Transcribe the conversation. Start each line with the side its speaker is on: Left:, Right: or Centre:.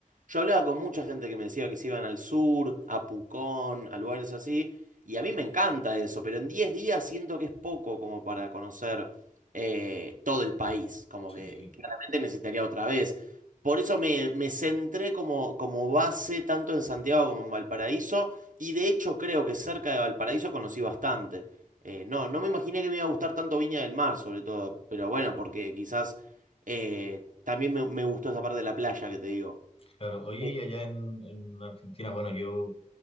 Right: yo hablaba con mucha gente que me decía que se iban al sur, a Pucón, a lugares así, y a mí me encanta eso, pero en 10 días siento que es poco como para conocer eh, todo el país, como
Left: Sí,
Right: que claramente necesitaría otra vez. Por eso me, me centré como, como base tanto en Santiago como en Valparaíso, y de hecho creo que cerca de Valparaíso conocí bastante. Eh, no, no me imaginé que me iba a gustar tanto Viña del Mar, sobre todo, pero bueno, porque quizás eh, también me, me gustó esa parte de la playa que te digo.
Left: claro. Oye,
Right: Eh,
Left: y allá en, en Argentina, bueno, yo